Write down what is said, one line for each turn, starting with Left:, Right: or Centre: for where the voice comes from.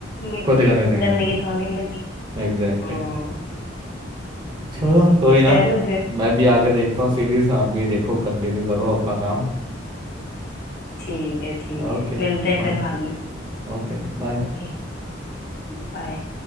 Left: मिट्टी
Right: खुद ही गंदे हो जाएंगे
Left: गंदगी तो हमें ही लगी
Right: एग्जैक्टली
Left: हम्म
Right: छोड़ो कोई
Left: चलो
Right: ना
Left: फिर
Right: मैं भी आगे देखता हूँ सीरीज आप भी देखो कंटिन्यू करो अपना काम
Left: ठीक है ठीक
Right: ओके
Left: है मिलते
Right: बाय
Left: हैं फिर बाद में
Right: ओके बाय
Left: Okay bye